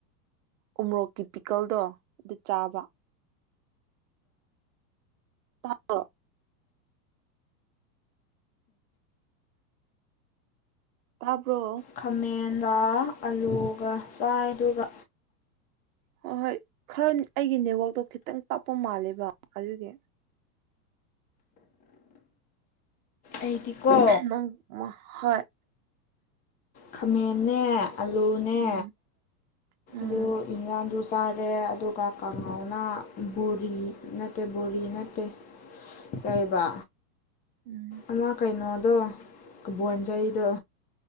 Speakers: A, on the right (about 60°); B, on the left (about 20°).
A: ꯎ ꯃꯣꯔꯣꯛꯀꯤ ꯄꯤꯀꯜꯗꯣ ꯑꯗꯨ ꯆꯥꯕ ꯊꯣ ꯇꯥꯔꯕꯣ
B: ꯈꯥꯃꯦꯟꯗ ꯑꯂꯨꯒꯥ ꯆꯥꯏꯗꯨꯒ
A: ꯍꯣꯏ-ꯍꯣꯏ ꯈꯔ ꯑꯩꯒꯤ ꯅꯦꯠꯋꯥꯛꯇꯣ ꯈꯤꯇꯪ ꯇꯞꯄ ꯃꯥꯜꯂꯦꯕ ꯑꯗꯨꯒꯤ
B: ꯑꯩꯗꯤꯀꯣ
A: ꯃꯪ ꯃꯥꯍꯣꯏ
B: ꯈꯥꯃꯦꯟꯅꯦ ꯑꯂꯨꯅꯦ
A: ꯎꯝ ꯎꯝ
B: ꯂꯨ ꯌꯦꯟꯖꯥꯡꯁꯨ ꯆꯥꯔꯦ ꯑꯗꯨꯒ ꯀꯥꯡꯉꯥꯎꯅ ꯕꯣꯔꯤ ꯅꯠꯇꯦ ꯕꯣꯔꯤ ꯅꯠꯇꯦ ꯇꯩꯕ
A: ꯎꯝ
B: ꯑꯃ ꯀꯩꯅꯣꯗꯣꯕꯣꯟꯖꯩꯗꯣ